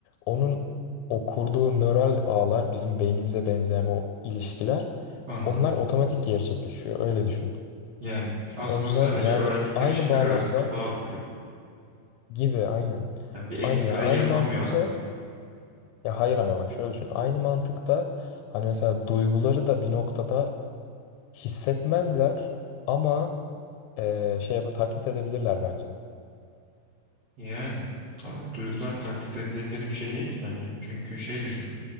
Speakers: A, on the left; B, on the right.
A: onun o kurduğu nöral ağlar bizim beynimize benzeyen o ilişkiler
B: Anladım.
A: onlar otomatik gerçekleşiyor. Öyle düşün.
B: Yani aslında
A: O yüzden
B: sadece
A: yani
B: öğrendikleri
A: aynı
B: şeyler
A: bağlamda
B: arasında bağ kuruyor.
A: gibi aynen.
B: Yani bir ekstrayı
A: Aynı, yani aynı
B: yapamıyor
A: mantıkta
B: aslında.
A: ya hayır ama bak şöyle düşün. Aynı mantıkta hani mesela duyguları da bir noktada hissetmezler ama eee, şey yapıp taklit edebilirler bence.
B: Yani tamam, duygular taklit edilebilir bir şey değil ki bence. Çünkü şey düşün.